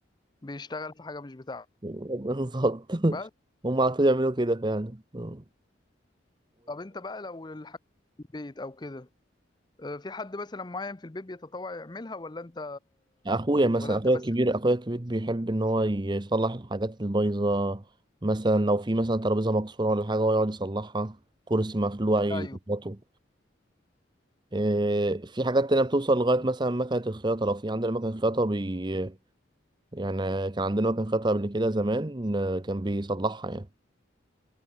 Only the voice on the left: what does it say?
بيشتغل في حاجه مش بتاعته
بس
طب انت بقى لو الحاجه في البيت او كده آه، في حد مثلا معين في البيت بيتطوع يعملها ولا انت
ولا انت
بس
ايوه